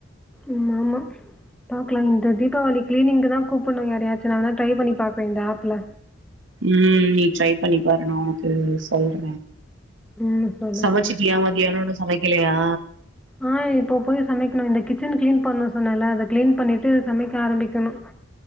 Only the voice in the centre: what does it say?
ஆமாமா பாக்கலா இந்த தீபாவளி கிளீனிங்க்கு தா கூப்புட்ணு யாரயாச்சு நா வேறணா ட்ரை பண்ணி பாக்றே இந்த ஆப்ல
ம் சொல்லு
சொல்லு.
ஆ இப்ப போய் சமைக்கணு இந்த கிச்சன் கிளீன் பண்ண சொன்னல அத கிளீன் பண்ணிட்டு சமைக்க ஆரம்பிக்கணு